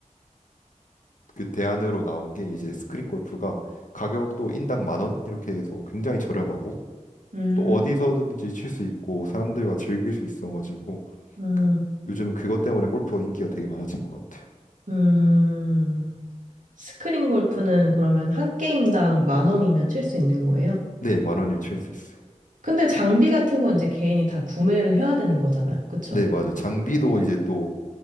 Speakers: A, on the left; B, on the right.
A: 그 대안으로 나온 게 이제 스크린 골프가 가격도 인당 만 원 이렇게 해서 굉장히 저렴하고
B: 음,
A: 또 어디서든지 칠 수 있고 사람들과 즐길 수 있어가지고
B: 음,
A: 그, 요즘은 그것 때문에 골프가 인기가 되게 많아진 것 같아요.
B: 음. 스크린 골프는 그러면 한 게임당 만 원이면 칠 수 있는 거예요?
A: 네, 만 원이면 칠 수 있어요.
B: 근데 장비 같은 건 이제 개인이 다 구매를 해야 되는 거잖아요. 그쵸?
A: 네, 맞아요. 장비도 이제 또